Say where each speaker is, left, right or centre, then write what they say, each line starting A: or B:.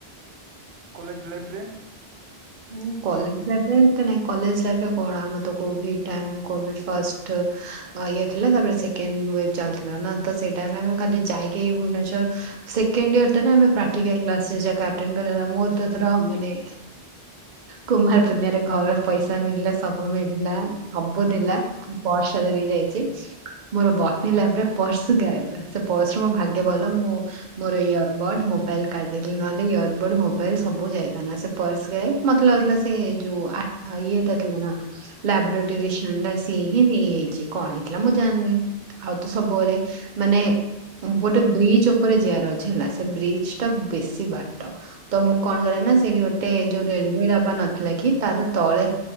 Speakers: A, on the right; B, on the right.
A: କଲେଜ୍ ଲାଇଫ୍ ରେ
B: <unintelligible> କଲେଜ୍ ଲାଇଫ୍ ରେ ଏତେ ନାଇଁ, କଲେଜ୍ ଲାଇଫ୍ ରେ <unintelligible> ତ କୋଭିଡ ଟାଇମ୍ କୋଭିଡ୍ ଫାଷ୍ଟ ଇଏ ଥିଲା ତାପରେ ସେକଣ୍ଡ ୱ ଚାଲିଥିଲା ନା ତ ସେଇ ଟାଇମରେ ଆମେ ଖାଲି ଯାଇକି ଭୁବନେଶ୍ଵର ସେକେଣ୍ଡ ଇୟର ତ ଆମେ ପ୍ରାଟୀକାଲ କ୍ଲଶେଷ ଆଟେଣ୍ଡ କରିବା କଥା ମୋର ତ ଏଥର ମାନେ। କୁମାର ପୂର୍ଣ୍ ରେ ଘର ପଇସା ମଳିଲା ସବୁ ମିଳିଲା ସବୁ ଥିଲା ବ ସାଲେରୀ ଯାଇଛି। ମୋର ବଟିନି ଲ୍ୟବରେ ପର୍ସ ଗାଏବ ସେ ପର୍ସ ମୋ ଭାଗ୍ୟ ଭଲ ମୁଁ ମୋର ଇୟରବଡ ମୋବାଇଲ କାଢଦେଇଥିଲି ନହେଲେ ଇୟରବଡ ମୋବାଇଲ ସବୁ ଯାଇଥାଆନ୍ତା ସେ ପର୍ସ <inaudible> ମତେ ଲାଗୁଥିଲା ସେ ଯୋଉ ଆ ଇଏଟା ଥିବନା। ଲାବ୍ରରେଟେରୀ ସ୍ୟାଣ୍ଡା ସେହିଁ ନେଇଯାଇଛି କଣ ହେଇଥିଲା ମୁଁ ଜାଣିନି। ଆଉ ତ ସବୁବେଳେ ମାନେ ଗୋଟେ ବ୍ରିଜ ଉପରେ ଯିବାର ଅଛି ହେଲା ସେ ବ୍ରିଜ ଟା ବେଶୀ ବାଟ। ତ ମୁଁ କଣ କରେ ନା ସେଇଠି ଗୋଟେ। ଯୋଉ ରେଡିମେଡି ଆବା ନଥିଲା କି ତାର ତଳେ